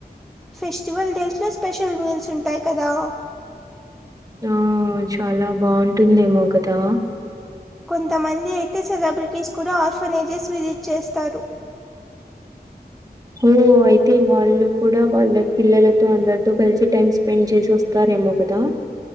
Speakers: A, in the centre; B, on the right.
A: ఫెస్టివల్ డేస్ లో స్పెషల్ మీల్స్ ఉంటాయి కదా!
B: ఆ చాలా బాగుంటుందేమో కదా
A: కొంతమంది అయితే సెలబ్రిటీస్ కూడా ఆర్గనైసేస్ విజిట్ చేస్తారు.
B: ఓహ్ అయితే వాళ్ళు కూడా వాళ్ళ పిల్లలతో అందరితో కలిసి టైమ్ స్పెండ్ చేసి వస్తారేమో కదా